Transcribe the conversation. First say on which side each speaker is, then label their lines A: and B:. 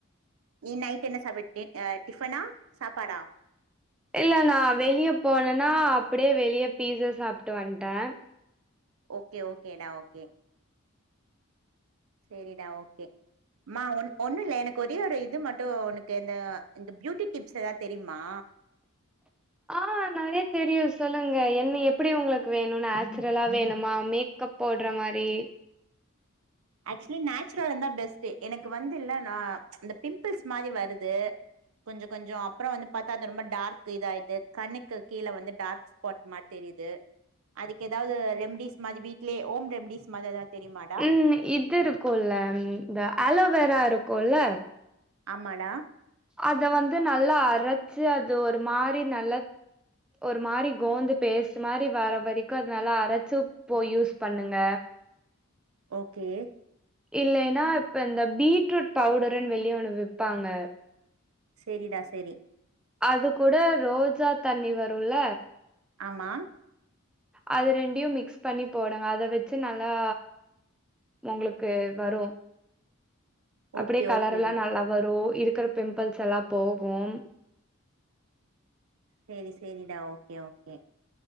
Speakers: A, on the right; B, in the centre.
A: நீ நைட் என்ன சமை அ டிஃபனா சாப்பாடா
B: இல்ல நா வெளிய போனேனா அப்டியே வெளிய பீஸா சாப்ட்டு வந்ட்டே
A: ஓகே ஓகே டா ஓகே செரிடா ஓகே மா ஒன் ஒன்னுல்ல எனக்கு ஒரே ஒரு இது மட்டு உனக்கு இந்த இந்த பியூட்டி டிப்ஸ் எதாவ்து தெரியிமா
B: ஆ நெறையா தெரியு சொல்லுங்க என்ன எப்டி உங்களுக்கு வேணு நேச்சுரலா வேணுமா மேக்கப் போட்ற மாரி
A: ஆக்சுலி நேச்சுரல் இருந்தா பெஸ்ட்டு எனக்கு வந்து இல்லன்ன இந்த பிம்பிள்ஸ் மாரி வருது கொஞ்ச கொஞ்சோ அப்றோ வந்து பாத்தா அது ரொம்ப டார்க்கு இதாயிருது கண்ணுக்கு கீழ வந்து டார்க்ஸ் ஸ்பாட் மார் தெரியிது அதுக்கு எதாவ்து ரெம்டிஸ் மாரி வீட்லயே ஹோம் ரெம்டிஸ் மார எதாவ்து தெரியிமா டா
B: ம் இது இருக்குல்ல இந்த ஆலோவேரா இருக்குல்ல
A: ஆமடா
B: அத வந்து நல்லா அரச்சு அது ஒரு மாரி நல்லா ஒரு மாரி கோந்து பேஸ்ட் மாரி வர வரைக்கு அத நல்லா அரச்சு போய் யூஸ் பண்ணுங்க
A: ஓகே
B: இல்லேன்னா இப்ப இந்த பீட்ரூட் பவுடருன் வெளியே ஒன்னு விப்பாங்க
A: செரி டா செரி
B: அது கூட ரோஜா தண்ணி வருல
A: ஆமா
B: அது ரெண்டியு மிக்ஸ் பண்ணி போடுங்க அத வச்சு நல்லா உங்களுக்கு வரு அப்படியே
A: ஓகே
B: கலர்
A: ஓகே
B: எல்லா நல்லா வரு இருக்கிற பிம்பிள்ஸ் எல்லா போகும்
A: சேரி சேரிடா ஓகே ஓகே